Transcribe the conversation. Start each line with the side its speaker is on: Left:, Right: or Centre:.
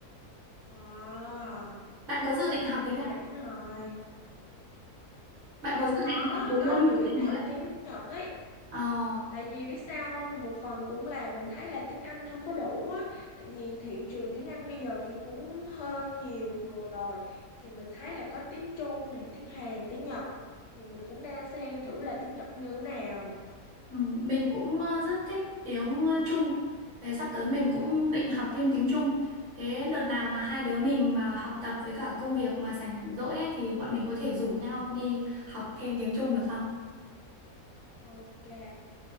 Left: Wow,
Right: Bạn có dự định học
Left: quá
Right: tiếng Nhật?
Left: đỉnh
Right: không?
Left: rồi.
Right: Bạn
Left: Ừ,
Right: có dự định
Left: có,
Right: học một
Left: có
Right: ngôn ngữ
Left: dự định
Right: gì mới?
Left: học
Right: không?
Left: tiếng Nhật ấy.
Right: Ờ
Left: Tại vì biết sao không? Một phần cũng là mình thấy là tiếng Anh không có đủ á. Tại vì thị trường tiếng Anh bây giờ thì cũng hơi nhiều người rồi. Thì mình thấy là có tiếng Trung này, tiếng Hàn, tiếng Nhật. Thì mình cũng đang xem thử là tiếng Nhật như thế nào.
Right: Ừ, Mình cũng ờ, rất thích tiếng ờ, Trung. Thế sắp tới mình cũng định học thêm tiếng Trung. Thế đợt nào mà hai đứa mình mà học tập với cả công việc mà rảnh rỗi ấy thì bọn mình có thể rủ nhau đi học thêm tiếng Trung được không?
Left: Ok.